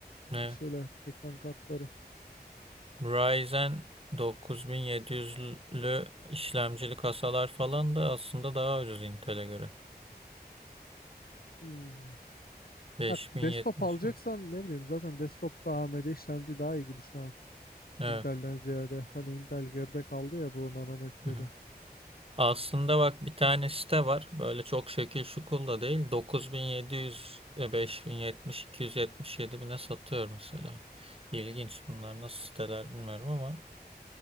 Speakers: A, on the right; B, on the left.
A: Evet.
B: e, şeyler ekran kartları.
A: Ryzen 9700'lü işlemcili kasalar falan da aslında daha ucuz Intel'e göre.
B: Hmm.
A: 5070
B: Ha, desktop alacaksan
A: mi?
B: ne bileyim zaten desktopta AMD işlemci daha iyi gibi şu an.
A: Evet.
B: Intel'den ziyade. Hani Intel geride kaldı ya bu nanometrede.
A: Hı hı. Aslında bak bir tane site var. Böyle çok şekil şukul da değil. 9700, e, 5070, 277 bine satıyor mesela. İlginç bunlar nasıl siteler bilmiyorum ama